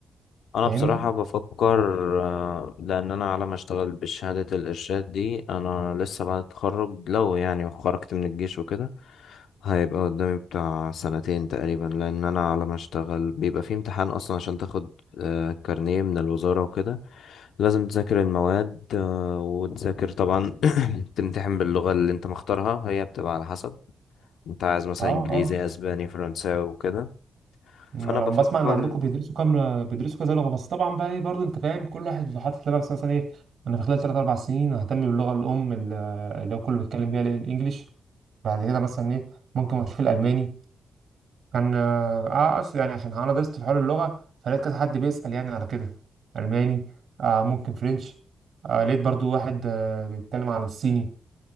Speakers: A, on the left (about 80°); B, on the right (about 65°).
A: انا
B: فاهمني
A: بصراحة بفكر آه، لان انا على ما اشتغل بشهادة الارشاد دي انا لسه بعد التخرج لو يعني خرجت من الجيش وكده هيبقى قدامي بتاع سنتين تقريبا لان انا على ما اشتغل بيبقى في امتحان اصلا عشان تاخد آه، كارنيه من الوزارة وكده لازم تذاكر المواد آه، وتذاكر طبعا <clears throat> تمتحن باللغة اللي انت مختارها وهي بتبقى على حسب انت عايز مثلا
B: اه
A: انجليزي
B: اه
A: اسباني فرنساوي وكده
B: إن
A: فانا
B: انا
A: بفكر
B: عم بسمع ان عندكم بيدرسوا كام بيدرسوا كذا لغه بس طبعا بقى ايه برضه انت فاهم كل واحد بيبقى حاطط لنفسه مثلا ايه انا في خلال 3 4 سنين ههتم باللغه الام ال- اللي هو كله بيتكلم بيها اللي هي الانجليش بعد كده مثلا ايه ممكن اشوف الالماني كان اه آه، اصل يعني عشان انا درست في حوار اللغه فلقيت كذا حد بيسال يعني على كده الماني آه ممكن فرنش آه لقيت برضو واحد آه بيتكلم عن الصيني